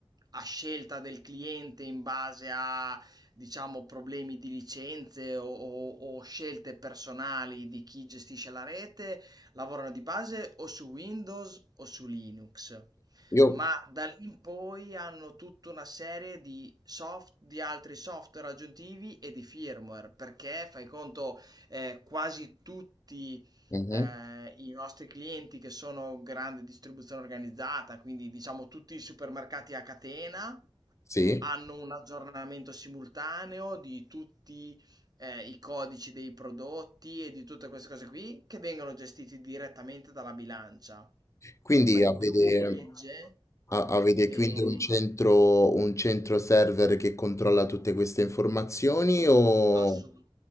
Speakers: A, on the right; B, on the left.
A: a scelta del cliente in base a, diciamo, problemi di licenze o, o- o scelte personali di chi gestisce la rete, lavorano di base o su Windows o su Linux.
B: Io,
A: Ma da lì in poi hanno tutta una serie di soft- di altri software aggiuntivi e di firmware, perché fai conto, eh, quasi tutti
B: Mhm,
A: eh, i nostri clienti che sono grande distribuzione organizzata, quindi diciamo tutti i supermercati a catena,
B: sì,
A: hanno un aggiornamento simultaneo di tutti eh, i codici dei prodotti e di tutte queste cose qui che vengono gestiti direttamente dalla bilancia.
B: quindi
A: Ma in
B: avete,
A: più per legge
B: a- avete
A: eh,
B: quindi un centro, un centro server che controlla tutte queste informazioni o...
A: assolu-